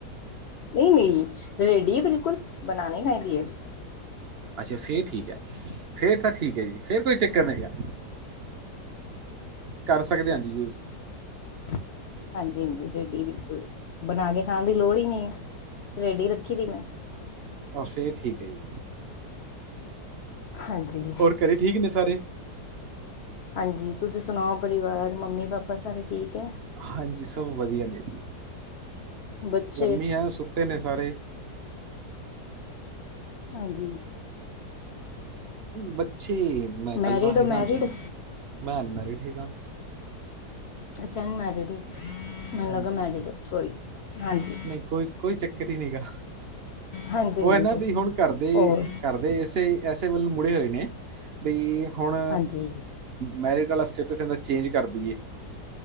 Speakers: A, on the left; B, on the right.
A: ਨਹੀਂ- ਨਹੀਂ ਰੇਡੀ ਹੈ ਬਿਲਕੁਲ, ਬਣਾਉਨੇ ਕਦੀਏ
B: ਅੱਛਾ ਫਿਰ ਠੀਕ ਹੈ, ਫਿਰ ਤਾਂ ਠੀਕ ਹੈ ਜੀ ਫਿਰ ਕੋਈ ਚੱਕਰ ਨਹੀਂਗਾ, ਕਰ ਸਕਦੇ ਹਾਂ ਜੀ ਯੂਜ
A: <inaudible> ਹਾਂਜੀ- ਹਾਂਜੀ ਰੇਡੀ ਬਿਲਕੁਲ, ਬਣਾ ਕੇ ਖਾਣ ਦੀ ਲੋੜ ਹੀ ਨਹੀਂ ਹੈ ਰੇਡੀ ਰੱਖੀ ਦੀ ਮੈਂ
B: ਅੱਛਾ ਇਹ ਠੀਕ ਹੈ ਜੀ
A: ਹਾਂਜੀ
B: ਹੋਰ ਘਰੇ ਠੀਕ ਨੇ ਸਾਰੇ
A: ਹਾਂਜੀ ਤੁਸੀਂ ਸੁਣਾਓ ਪਰਿਵਾਰ ਮੰਮੀ ਪਾਪਾ ਸਾਰੇ ਠੀਕ ਹੈ
B: ਹਾਂਜੀ ਸਭ ਵਧੀਆ ਨੇ ਜੀ,
A: ਬੱਚੇ
B: ਗਰਮੀ ਹੈ ਸੁੱਤੇ ਨੇ ਸਾਰੇ
A: ਹਾਂਜੀ
B: ਬੱਚੇ ਮੈਂ ਇਕੱਲਾ
A: ਮੈਰਿਡ ਹੋ
B: ਹੈਗਾ
A: ਮੈਰਿਡ
B: ਜੀ, ਮੈਂ ਅਨਮੈਰਿਡ ਹੈਗਾ
A: ਅੱਛਾ ਅਨਮੈਰਿਡ ਹੋ ਮੈਨੂੰ
B: ਹਾਂਜੀ
A: ਲਗਾ ਮੈਰਿਡ ਹੋ, ਸੋਰੀ, ਹਾਂਜੀ
B: ਨਹੀਂ ਕੋਈ ਕੋਈ ਚੱਕਰ ਹੀ ਨਹੀਂਗਾ
A: ਹਾਂਜੀ
B: ਉਹ
A: ਹਾਂਜੀ
B: ਹੈ ਨਾ, ਵੀ ਹੁਣ ਘਰਦੇਏ
A: ਔਰ
B: ਘਰਦੇਏ ਇਸੇ ਐਸੇ ਵੱਲ ਮੁੜੇ ਹੋਏ ਨੇ। ਬਈ ਹੁਣ,
A: ਹਾਂਜੀ
B: ਮੈਰਿਡ ਵਾਲਾ ਸਟੇਟਸ ਏਦਾਂ ਚੇਂਜ ਕਰ ਦੇਈਏ।